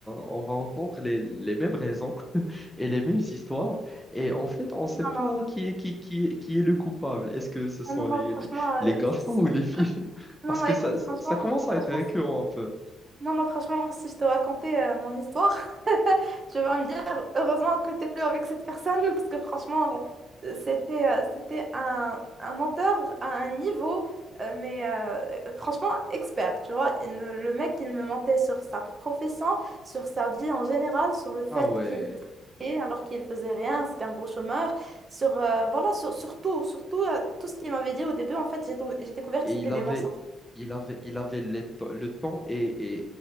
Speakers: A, in the centre; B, on the right.
A: on va entendre les, les mêmes raisons <laughs> et les mêmes histoires. Et en fait, on ne sait
B: non,
A: pas qui est, qui, qui, est- qui est le coupable. Est-ce que ce sont
B: Ah, non,
A: les,
B: non, franchement,
A: les, les
B: euh,
A: garçons
B: c'est-
A: <laughs> ou les filles?
B: non,
A: Parce
B: non,
A: que
B: écoute,
A: ça,
B: franchement,
A: ça commence à
B: franchement,
A: être récurrent un peu.
B: Non, moi, franchement, si je te racontais euh, mon histoire, <laughs> tu vas me dire heureusement que t'es plus avec cette personne, parce que franchement, euh, c'était euh, c'était un, un menteur à un niveau, euh, mais euh, euh, franchement, expert, tu vois. Il me- le mec, il me mentait sur sa profession, sur sa vie en général, sur le fait
A: Ah ouais.
B: qu'il travaillait alors qu'il faisait rien, c'était un gros chômeur, sur, euh, voilà, sur, sur tout, sur tout, euh, tout ce qu'il m'avait dit au début, en fait, j'ai, tou- j'ai découvert
A: et
B: que c'était
A: il avait,
B: des mensonges.
A: il avait, il avait les to- le temps et, et,